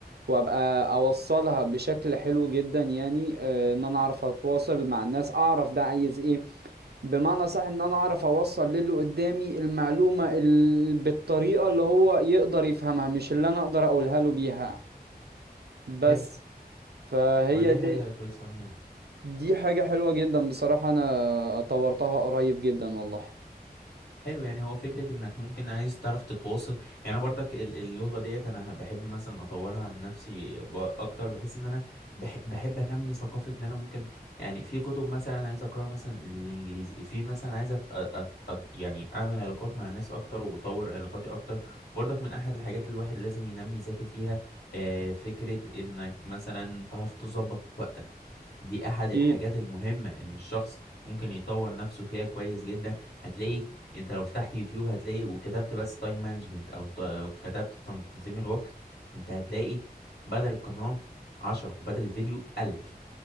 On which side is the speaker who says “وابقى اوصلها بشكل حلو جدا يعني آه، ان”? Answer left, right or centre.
Right